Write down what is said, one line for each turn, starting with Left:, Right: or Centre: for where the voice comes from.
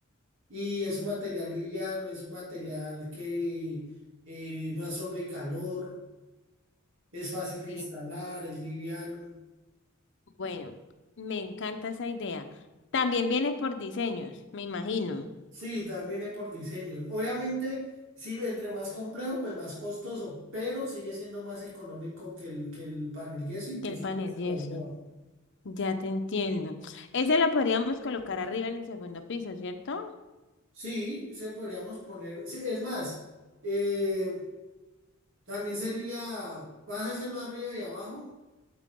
Right: Y es un material liviano, es un material que eh, no absorbe calor. Es fácil de
Left: Sí,
Right: instalar, es liviano.
Left: bueno, me encanta esa idea. También viene por diseños, me imagino,
Right: Sí, también es por diseños. Obviamente, sí, entre más complejo, pues más costoso, pero sigue siendo más económico que el, que el panel yeso, incluso
Left: que el panel
Right: que el Superboa.
Left: y eso. Ya te entiendo. Ese lo podríamos colocar arriba en el segundo piso, ¿cierto?
Right: Sí, se podríamos poner. sí, es más, eh, también sería, vas a hacerlo arriba y abajo.